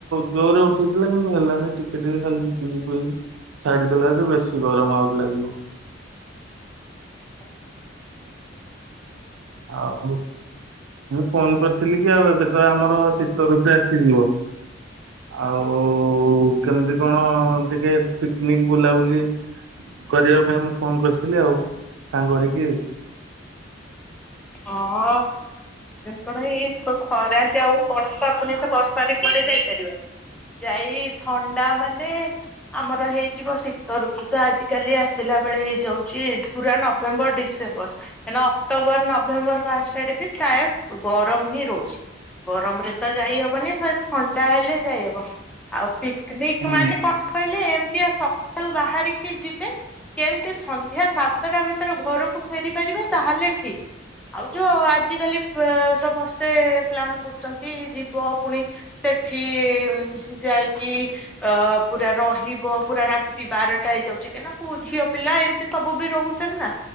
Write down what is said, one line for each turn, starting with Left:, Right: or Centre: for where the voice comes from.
Right: ଜୋରରେ ଉଠେଇଥିଲା କିନ୍ତୁ ହେଲାନି ଟିକେ ଟିକେ ଖାଲିି ଝିପିଝିପି ହେଇକି ଛାଡିଦେଲା ଯେ ବେଶୀ ଗରମ ଆହୁରି ଲାଗିବ।
Centre: <inaudible>
Right: ଆଉ ହଉ। ମୁଁ ଫୋନ କରିଥିଲି କି ଆଉ ଏବେ ତ ଆମର ଶୀତ ଋତୁ ଆସିଯିବ ଆଉ କେମିତି କଣ ଟିକେ ପିକନିକ ବୁଲାବୁଲି କରିବା ପାଇଁ ମୁଁ ଫୋନ କରିଥିଲି ଆଉ ସାଙ୍ଗ ହେଇକି।
Centre: ହଁ କଣ ଏଇ ଖରା ଯେ ଆଉ ବର୍ଷା ପୁଣି ତ ବର୍ଷାରେ କୁଆଡେ ଯାଇପାରିବାନି ଯାଇ ଥଣ୍ଡା ମାନେ ଆମର ହେଇଯିବ ଶୀତ ଋତୁ ତ ଆଜିକାଲି ଆସିଲା ବେଳେ ହେଇଯାଉଛି ପୁରା ନଭେମ୍ବର ଡିସେମ୍ବର କାଇଁକିନା ଅକ୍ଟୋବର ନ ନଭେମ୍ବର ଫାଷ୍ଟ ଆଡେ ବି ପ୍ରାୟ ଗରମ ହିଁ ରହୁଛି ଗରମରେ ତ ଯାଇହବନି ଥଣ୍ଡା ହେଲେ ଯାଇ ହବ ଆଉ ପିକନିକ
Right: ହୁଁ
Centre: ମାନେ କଣ କହିଲେ ଏମ ସକାଳୁ ବାହାରିକି ଯିବେ କେମିତି ସନ୍ଧ୍ୟା ସାତଟା ଭିତରେ ଘରକୁ ଫେରି ପାରିବେ ତାହେଲେ ଠିକ। ଆଉ ଯୋଉ ଆଜିକାଲି ସମସ୍ତେ ପ୍ଲାନ କରୁଛନ୍ତି ଯିବ ପୁଣି ସେଠି ଯାଇକି ଅ ପୁରା ରହିବ ପୁରା ରାତି ବାରଟା ହେଇଯାଉଛି କାହିଁକିନା ଝିଅ ପିଲା ଏମିତି ସବୁ ବି ରହୁଛନ୍ତି ନା